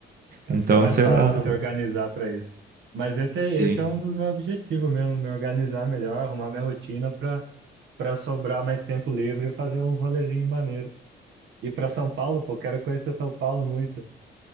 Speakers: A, on the right; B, on the right.
A: é,
B: então,
A: fica mais
B: sei
A: fácil
B: lá, né,
A: se
B: mano?
A: organizar pra isso. Mas esse, é- esse
B: Sim.
A: é um dos meus objetivos mesmo, me organizar melhor, arrumar minha rotina pra, pra sobrar mais tempo livre e fazer um rolezinho maneiro. ir para São Paulo, pô, quero conhecer São Paulo muito.